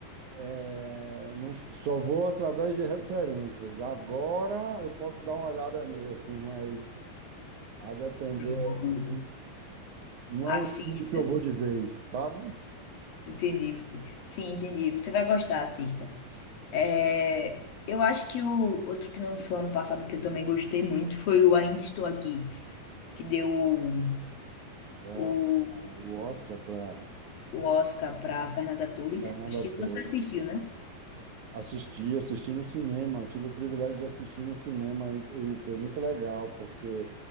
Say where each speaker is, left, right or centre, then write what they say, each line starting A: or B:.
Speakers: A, on the right; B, on the left.
A: é, não, só vou através de referências. Agora eu posso dar uma olhada nele, <laughs> mas a depender,
B: Pronto.
A: assim, não
B: Assista.
A: é um filme que eu vou de vez, sabe?
B: Entendi, sim. Sim, entendi. Você vai gostar, assista. É, eu acho que o outro que lançou ano passado que eu também gostei muito foi o Ainda Estou Aqui, que deu o,
A: É,
B: o,
A: o Oscar para
B: o Oscar para Fernanda Torres.
A: Fernanda
B: Acho que
A: Torres.
B: se você assistiu, né?
A: Assisti, assisti no cinema, tive o privilégio de assistir no cinema e, e foi muito legal, porque